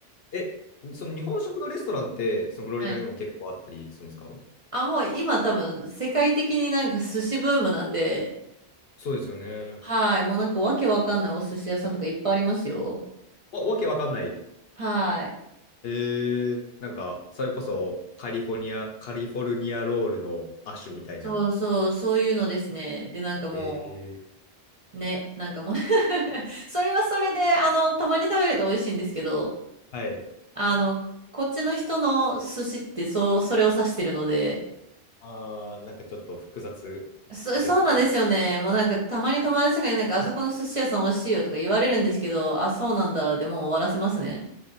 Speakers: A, on the left (about 60°); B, on the right (about 35°).
A: え、えその日本食のレストランって、そのフロリダにも結構あったりするんですか
B: い。あ、もう今多分世界的になんか寿司ブームなんで、
A: そうですよね。
B: はい、もうなんかわけわかんないお寿司屋さんとかいっぱいありますよ。
A: わ、わけわかんない。
B: はい。
A: えー、なんか、それこそカリフォルニア、カリフォルニアロールの亜種みたいな。
B: そうそう、そういうのですね。で、なんかも
A: えー、
B: う、ね、なんかもう <laughs> それはそれで、あの、たまに食べると美味しいんですけど、
A: はい。
B: あの、こっちの人の寿司ってそう、それを指してるので、
A: ああ、なんかちょっと複雑ですかね。
B: そ、そうなんですよね。もうなんかたまに友達とかになんかあそこの寿司屋さん美味しいよとか言われるんですけど、あ、そうなんだ。でもう終わらせますね。